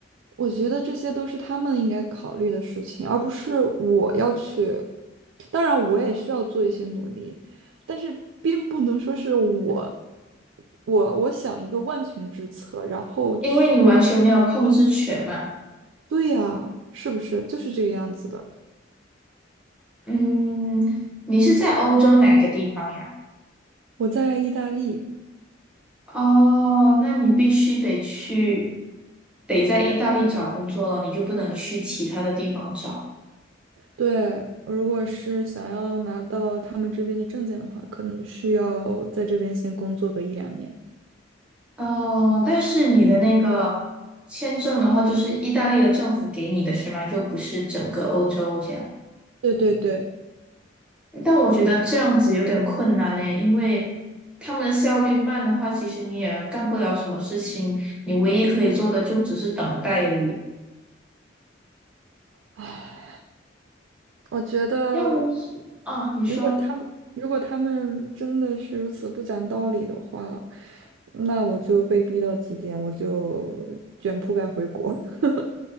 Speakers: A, on the right; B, in the centre.
A: 我觉得这些都是他们应该考虑的事情，而不是我要去。当然，我也需要做一些努力，但是并不能说是我，我我想一个万全之策，然后去。
B: 因为你完全没有控制权嘛。
A: 对呀，是不是就是这个样子的？
B: 嗯，你是在欧洲哪个地方呀？
A: 我在意大利，
B: 哦，那你必须得去，得在意大利找工作了，你就不能去其他的地方找。
A: 对，如果是想要拿到他们这边的证件的话，可能是要在这边先工作个一两年。
B: 哦，但是你的那个签证的话，就是意大利的政府给你的是吗？就不是整个欧洲这样。
A: 对对对，
B: 但我觉得这样子有点困难呢，因为他们的效率慢的话，其实你也干不了什么事情，你唯一可以做的就只是等待而已。
A: 唉，我觉得
B: 要不是啊，你说。
A: 如果他们如果他们真的是如此不讲道理的话，那我就被逼到极点，我就卷铺盖回国。<laughs>